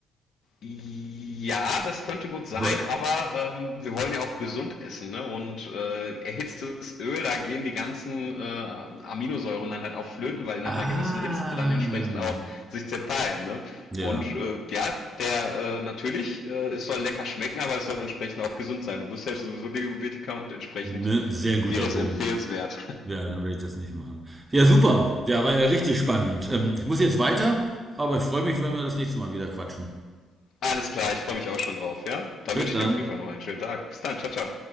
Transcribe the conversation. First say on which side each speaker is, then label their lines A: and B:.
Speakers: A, on the left; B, on the right.
A: Ja, das könnte gut sein,
B: Weil-
A: aber ähm, wir wollen ja auch gesund essen, ne? Und äh, erhitztes Öl, da gehen die ganzen äh, Aminosäuren dann halt auch flöten, weil die
B: Ah,
A: nach einer gewissen Hitze dann entsprechend auch sich zerteilen, ne?
B: ja,
A: Und äh, ja, der äh, natürlich, äh, es soll lecker schmecken, aber es soll entsprechend auch gesund sein. Du bist ja sowieso Diabetiker und entsprechend
B: ne, sehr guter
A: wäre es
B: Punkt.
A: empfehlenswert.
B: Ja, dann will ich das nicht machen. Ja, super. Ja, war ja richtig spannend. Ähm, ich muss jetzt weiter, aber ich freue mich, wenn wir das nächste Mal wieder quatschen.
A: <laughs> Alles klar, ich freue mich auch schon drauf, ja? Dann
B: Bis
A: wünsche
B: dann.
A: ich dir auf jeden Fall noch einen schönen Tag. Bis dann, ciao, ciao.